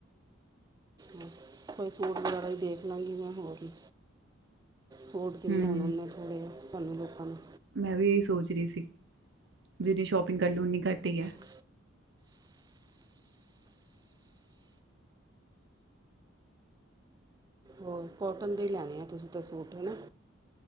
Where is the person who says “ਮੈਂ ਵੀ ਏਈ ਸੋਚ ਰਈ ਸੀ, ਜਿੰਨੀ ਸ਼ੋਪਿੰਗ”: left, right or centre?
Right